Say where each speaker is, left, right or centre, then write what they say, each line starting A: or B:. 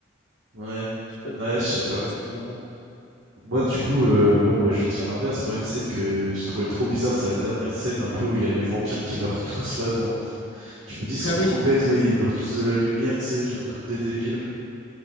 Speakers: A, on the right; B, on the left.
A: Ouais.
B: Je sais pas,
A: Ouais,
B: je
A: je
B: sais
A: sais
B: pas, genre,
A: pas.
B: je trouvais ça trop marrant.
A: Moi, du coup, euh, bon, ouais, je vais dire l'inverse. Moi, une scène que je trouvais trop bizarre, c'est la dernière scène un peu où il y a les vampires qui meurent tous là. Dans... Je me dis, ils
B: <laughs>
A: sont
B: Ah
A: trop
B: oui!
A: bêtes, ouais, ils meurent tous de la lumière, tu sais, genre comme des débiles.